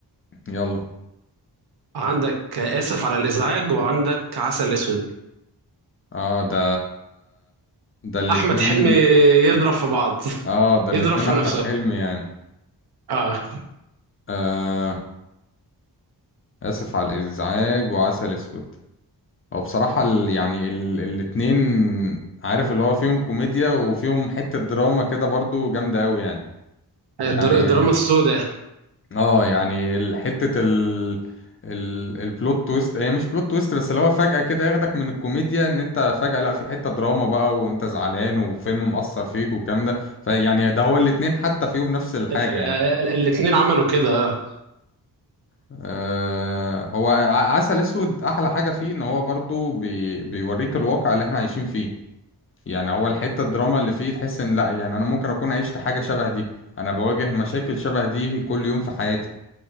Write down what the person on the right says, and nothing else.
عندك اسف على الازعاج وعندك عسل اسود
احمد حلمي يضرب في بعض
<laughs>
يضرب في
نفسه
اه
الدر-
الدراما السوداء
ال-
ال- الاتنين عملوا كده آه.